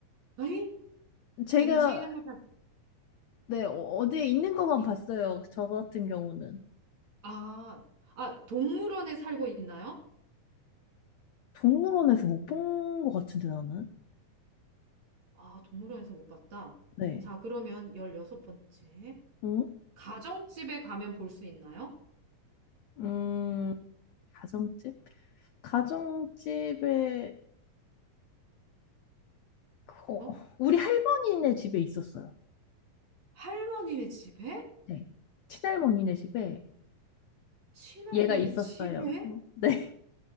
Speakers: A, on the right; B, on the left.
A: 에이?
B: 제가
A: 움직이는 걸 잘
B: 네, 어- 어디에 있는 것만
A: 못하.
B: 봤어요. 저 같은 경우는.
A: 아, 아, 동물원에 살고 있나요?
B: 동물원에서 못 본 것 같은데 나는.
A: 아, 동물원에서 못 봤다.
B: 네.
A: 자, 그러면 16번째.
B: 응?
A: 가정집에 가면 볼 수 있나요?
B: 음, 가정집? 가정집에 그거
A: 어?
B: 우리 할머니네 집에 있었어요.
A: 할머니네 집에?
B: 네. 친할머니네 집에
A: 친할머니
B: 얘가 있었어요.
A: 집에?
B: 어, 네.